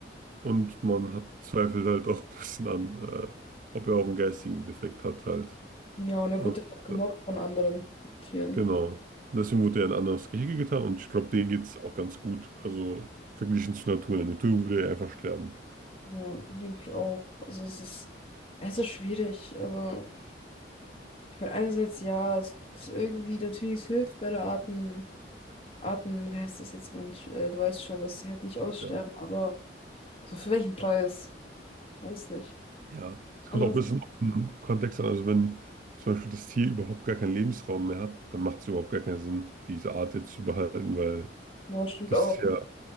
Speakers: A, on the right (about 45°); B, on the left (about 30°).
A: Und man hat zweifelt halt auch <laughs> ein bisschen an, äh, ob er auch einen geistigen Defekt hat halt.
B: Ja, und er
A: Und
B: wird ja auch gemobbt
A: äh,
B: von anderen Tieren.
A: genau. Und deswegen wurde er in ein anderes Gehege getan und ich glaube, denen geht es auch ganz gut. Also verglichen zur Natur. In der Natur würde er einfach sterben.
B: Ja, denke ich auch. Also es ist, es ist schwierig. Also, ich meine, einerseits ja, es ist irgendwie natürlich, es hilft bei der Arten, Arten, wie heißt das jetzt manch, äh, du weißt schon, dass sie halt nicht aussterben,
A: Ja.
B: aber So für welchen Preis? Weiß nicht.
A: Ja, es kommt
B: Anderes,
A: auch ein bisschen auf den Kontext an. Also wenn zum Beispiel das Tier überhaupt gar keinen Lebensraum mehr hat, dann macht es überhaupt gar keinen Sinn, diese Art jetzt zu behalten, weil
B: ja, stimmt
A: das
B: auch.
A: ist ja,